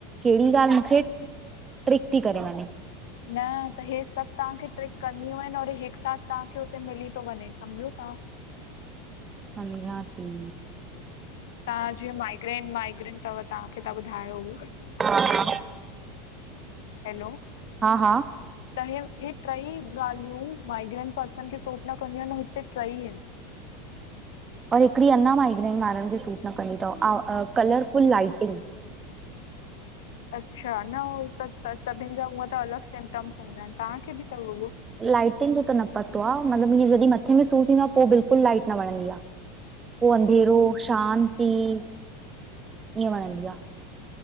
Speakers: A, on the right; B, on the left.
A: कहिॾी ॻाल्हि मूंखे ट्रिक थी करे वञे।
B: न त हे सभु तव्हांखे ट्रिक करनुयूं आहिनि और हिकु साथ तव्हांखे हुते मिली थो वञे समुझो ता।
A: समझा ती।
B: तव्हां जीअं माइग्रेन, माइग्रेन थव तव्हांखे त ॿुधायो हू
A: हा
B: हैलो त,
A: हा
B: हे हे टई ॻाल्हियूं माइग्रेंन पर्सन खे सूट न कंदियू आहिन हुते टई आहिन।
A: और हिकिॾी अञा माइग्रइन वारनि खे सूट न कंदी थव कलरफुल लाइटिंग
B: अच्छा न हू त सभिनि जा हूअं त सभीन जा अलॻि सिमटम्स हूंदा आहिनि तव्हांखे बि त उह?
A: लाइटिन जो त न पतो आह मतिलबु इअं जॾहिं मथे में सूर थींदो आह, पोइ बिल्कुलु लाइट न वणंदी आह। पोइ अंधेरो शांती ईअं वणंदी आह।